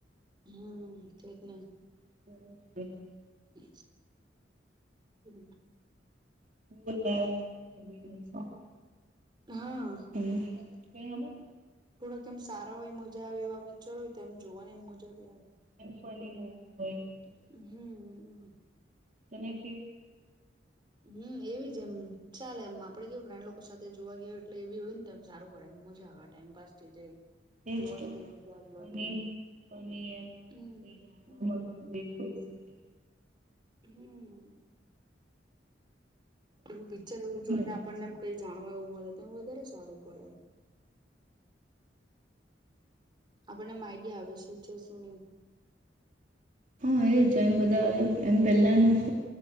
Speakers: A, on the right; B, on the right.
A: હમ તે જ ને,
B: <inaudible> <unintelligible>
A: <inaudible> <unintelligible>
B: <inaudible> <unintelligible>
A: હા.
B: હમ કઈ હું.
A: થોડોક એમ સારા હોય મજા આવે એવા પિક્ચર હોય તો એમ જોવા ની એમ મજા ભી આવે.
B: એમ ફની મુવી હોય તો
A: હમ હમ.
B: જેનેકી.
A: હમ એવી જ એમ ચાલે એમ આપડે કેવું ફ્રેન્ડ લોકો સાથે જોવા ગયયો એટલે એવી હોય ને તો એમ સારું પડે એમ મજા આવે ટાઈમ પાસ થઈ જાય.
B: એજ
A: જોવાની
B: તો
A: કઈ મજા અલગ
B: ફ
A: હોય.
B: એમ હો
A: હમ્મ
B: <inaudible> કઈ જાણવા
A: હમ્મ
B: મળતું હોય હોઈ શકે.
A: હમ્મ એવું પિક્ચર એવું જોઈને
B: <inaudible>
A: આપણને એમ કઈ જાણવા એવું મળે તો એ વધારે સારું પડે એમ. આપણને આમ આઈડિયા આવે શું છે શું નહી
B: હો એજ એમ બધા આવે એમ પહેલાનું <inaudible>